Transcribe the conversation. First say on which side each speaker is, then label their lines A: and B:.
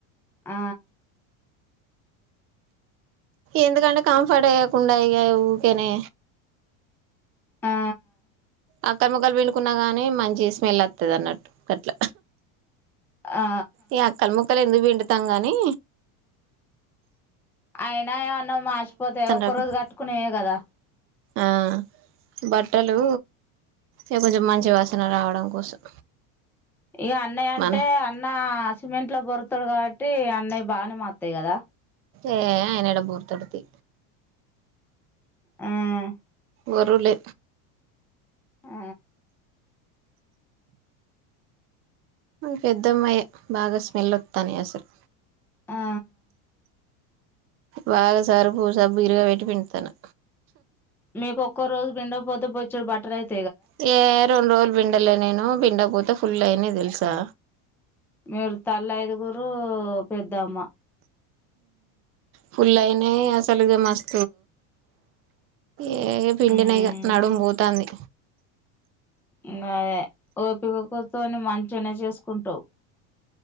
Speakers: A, in the centre; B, on the right.
A: ఆ
B: ఎందుకంటే కంఫర్ట్ ఏయకుండా ఇగ ఊకెనే
A: ఆ
B: అక్కల్ ముక్కలు పిండుకున్నా గాని మంచి స్మెల్ ఒత్తది అన్నట్టు గట్ల
A: ఆ
B: ఈ అక్కల్ ముక్కలు ఎందుకు పిండుతాం గానీ
A: అయినా ఏమన్నా మాసిపోతాయ ఒక్క
B: రాకుండా
A: రోజు కట్టుగున్నయే గదా
B: ఆ బట్టలు ఇగ కొంచెం మంచిగా వాసన రావడం కోసం
A: ఇగా అన్నయ్య అంటే
B: మనం
A: అన్నా సిమెంట్ లో బొర్రుతాడు గావట్టి అన్నయ్య బానే మాత్తయ్ గదా
B: ఏ అయనేడ బొర్రుతాడు తీ
A: హ్మ్
B: ఒరులే
A: ఆ
B: పెద్దమ్మాయే బాగా స్మెల్ వొత్తనయ్ అసలు
A: ఆ
B: బాగా సర్పు సబ్బు ఇరగబెట్టి పిండతన్నా
A: మేపు ఒక్క రోజు పిండగపోతే బొచ్చెడు బట్టలు ఐత
B: తే రెండు రోజులు పిండలే నేను పిండకపోతే ఫుల్ అయినాయి దెలుసా.
A: మీరు తళ్ళైదుగురూ పెద్దమ్మ.
B: ఫుల్ అయినయ్ అసలు ఇగ మస్ ఏ పిండిన
A: ఉమ్
B: ఇగ నడుం పోతాంది.
A: ఇంగాదే ఓపికతోని మంచినే చేసుకుంటావ్.